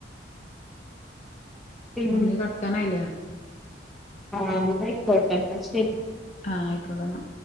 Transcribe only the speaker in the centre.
പിന്നെ
ആഹ് എന്നാ ആയിക്കോട്ടെ എന്നാ ശെരി.